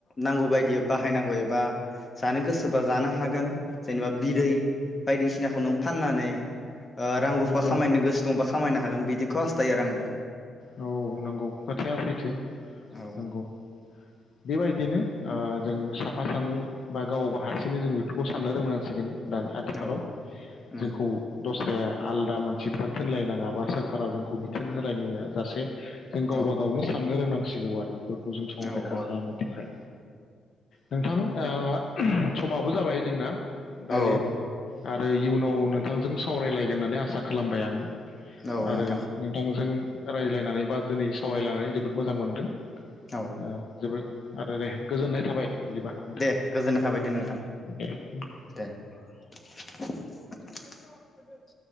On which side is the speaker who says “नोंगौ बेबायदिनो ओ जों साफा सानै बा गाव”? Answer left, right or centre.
Left